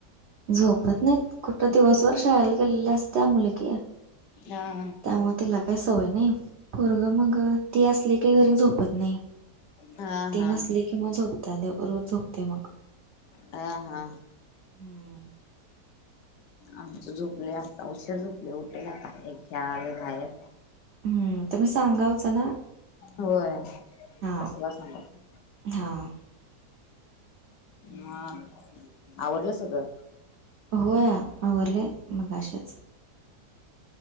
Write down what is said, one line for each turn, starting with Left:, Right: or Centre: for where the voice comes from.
Right: झोपत नाही कुठं दिवसभर शाळाला गेलेल्या असत्या मुलगी.
Left: हा.
Right: त्यामुळे तिला सवय नाही पोरग मग ती असली की झोपत नाही.
Left: हा
Right: ती
Left: हा
Right: नसली कि मग झोपत्या रोज झोपत्या मग.
Left: ह हा.
Right: हम्म.
Left: आमच झोपले आता उशिर झोपले उठेल आता एक खेळालय बाहेर.
Right: हम्म सांगावचं ना.
Left: होय
Right: हां
Left: कसला सां <unintelligible>
Right: हां.
Left: मग आवरलं सगंळ.
Right: हो या आवरले मगाशिच.